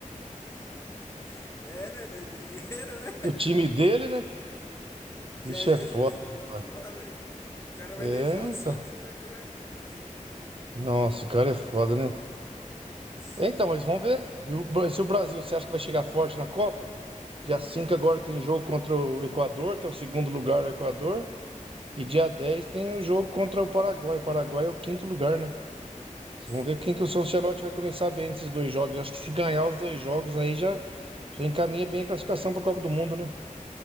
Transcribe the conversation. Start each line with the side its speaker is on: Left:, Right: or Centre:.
Left: <laughs> É, né? Dá dinheiro, né?
Right: O time dele, né?
Left: Já
Right: Vixe,
Left: já
Right: é foda,
Left: ele tá em campo
Right: rapaz.
Left: lá, velho. O cara
Right: É,
Left: vai deixar o
Right: então.
Left: Santos e vai jogar a Kings League.
Right: Nossa, o cara é foda, né?
Left: Sim,
Right: É, Então, mas vamos ver. O Bra- Se o Brasil, você acha que vai chegar forte na Copa? Dia 5 agora tem jogo contra o Equador, que é o segundo lugar, o Equador. E dia 10 tem o jogo contra o Paraguai. O Paraguai é o quinto lugar, né?
Left: sim,
Right: Vamos ver quem que o São Ancelotti vai começar bem nesses dois jogos. Acho que se ganhar os dois jogos aí já, já encaminha bem
Left: sim,
Right: a classificação para a Copa do Mundo, né?